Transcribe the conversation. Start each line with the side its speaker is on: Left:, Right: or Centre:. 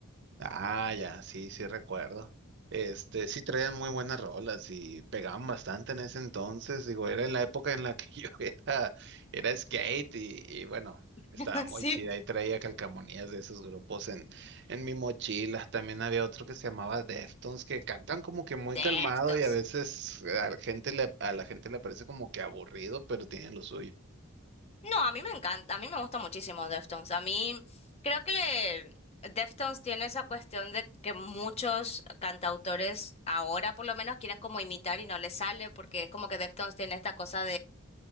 Right: Ah, ya, sí, sí recuerdo. Este, sí traían muy buenas rolas y pegaban bastante en ese entonces. Digo, era en la época en la que <laughs> yo era, era skate y, y bueno, estaba
Left: <laughs>
Right: muy
Left: Sí.
Right: chida. Y traía calcamonías de esos grupos en, en mi mochila. También había otro que se llamaba Deftones, que cantan como que muy calmado
Left: Deftones.
Right: y a veces a la gente le, a la gente le parece como que aburrido, pero tienen lo suyo.
Left: No, a mí me encanta, a mí me gusta muchísimo Deftones. A mí creo que le, Deftones tiene esa cuestión de que muchos cantautores ahora por lo menos quieren como imitar y no les sale porque es como que Deftones tiene esta cosa